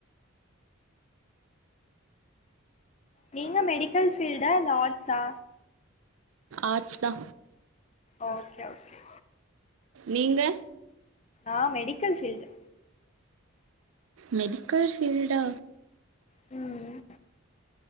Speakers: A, on the left; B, on the right.
A: நீங்க மெடிக்கல் ஃபீல்டா இல்ல ஆர்ட்ஸா?
B: ஆர்ட்ஸ்தா.
A: Okay okay.
B: நீங்க?
A: ஆ மெடிக்கல் ஃபீல்டு.
B: மெடிக்கல் ஃபீல்டா?
A: ம்